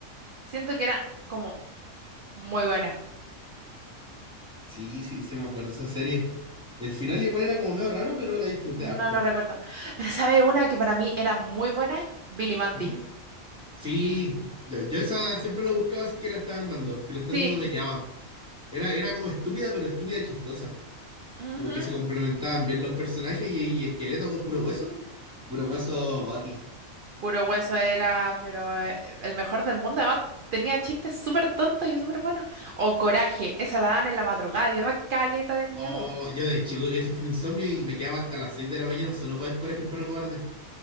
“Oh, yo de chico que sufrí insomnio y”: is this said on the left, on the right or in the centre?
Centre